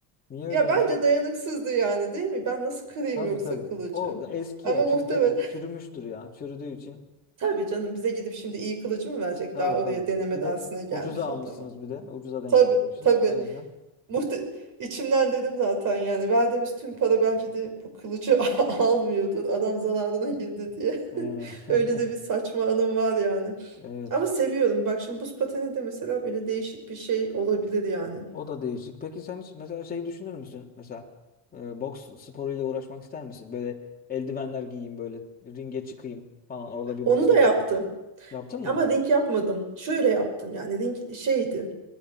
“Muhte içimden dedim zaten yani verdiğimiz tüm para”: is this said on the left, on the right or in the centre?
Right